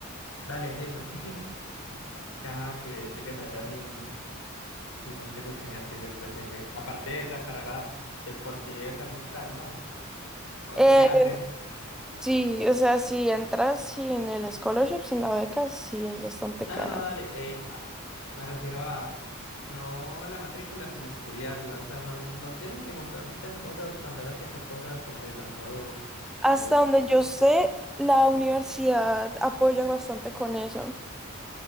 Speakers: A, on the left (about 70°); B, in the centre.
A: Dale, sí, porque <laughs> caja que llegues allá sin, sin con qué sostenerte y después, jefe. Aparte, la carrera de por sí debe ser muy cara, ¿no? ¿O
B: Eh,
A: qué hacen?
B: sí, o sea, si entras sin el scholarship, sin la beca, sí es bastante
A: No,
B: cara.
A: no, no, dale. eh, a- me refiero a no la matrícula, sino estudiarla. O sea, no, no tienen que comprar muchas cosas para andar haciendo cosas o les dan todo. O,
B: Hasta donde yo sé, la universidad apoya bastante con eso. <laughs>